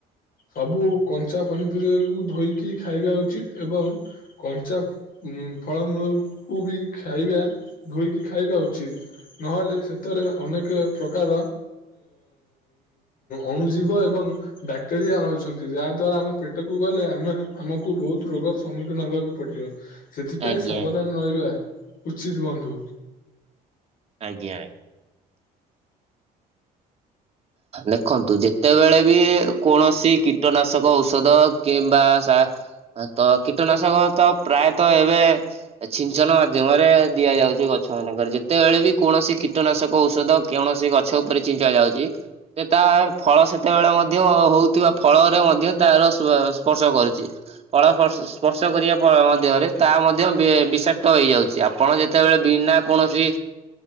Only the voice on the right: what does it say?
ଆଜ୍ଞା
ଆଜ୍ଞା
ଆଜ୍ଞା ଆଜ୍ଞା। ଦେଖନ୍ତୁ ଯେତେବେଳେ ବି କୌଣସି କୀଟନାଶକ ଔଷଧ କିମ୍ବା ତ କୀଟନାଶକ ତ ପ୍ରାୟତଃ ଏବେ ଛିଞ୍ଚନ ମାଧ୍ୟମରେ ଦିଆ ଯାଉଛି ଗଛ ମାନଙ୍କରେ ଯେତେବେଳେ ବି କୌଣସି କୀଟନାଶକ ଔଷଧ କୌଣସି ଗଛ ଉପରେ ଛିଞ୍ଚା ଯାଉଛି ସେ ତା ଫଳ ସେତେବେଳେ ମଧ୍ୟ ହଉଥିବା ଫଳରେ ମଧ୍ୟ ତାର ସ୍ପର୍ଶ କରୁ ଫଳ ସ୍ପର୍ଶ କରିବା ମଧ୍ୟରେ ତା ମଧ୍ୟ ବିଷାକ୍ତ ହେଇଯାଉଛି ଆପଣ ଯେତେ ଯେତବେଳେ ବିନା କୌଣସି